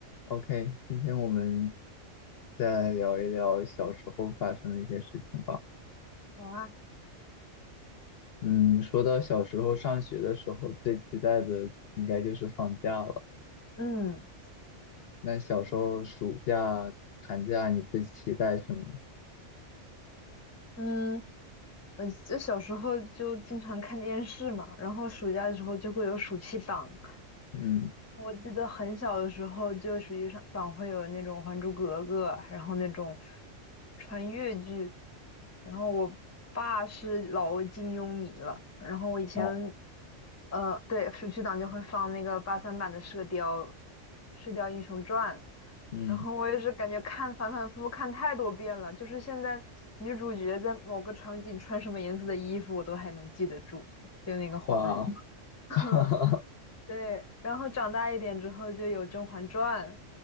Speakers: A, on the left; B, on the left.
A: OK，今天我们再聊一聊小时候发生的一些事情吧。
B: 好啊，
A: 嗯，说到小时候上学的时候，最期待的应该就是放假了。
B: 嗯
A: 那小时候暑假、寒假，你最期待什么？
B: 嗯，我就小时候就经常看电视嘛，然后暑假的时候就会有暑期档，
A: 嗯，
B: 我记得很小的时候，就实际上党会有那种《还珠格格》，然后那种穿越剧，然后我爸是老金庸迷了，然后我以前，
A: 哦，
B: 呃，对，暑期档就会放那个八三版的《射雕》《射雕英雄传》，
A: 嗯，
B: 然后我也是感觉看反反复复看太多遍了，就是现在女主角在某个场景穿什么颜色的衣服，我都还能记得住，就那个黄蓉。
A: 哇，<laughs>
B: <laughs>
A: 哈哈，
B: 对，然后长大一点之后就有《甄嬛传》，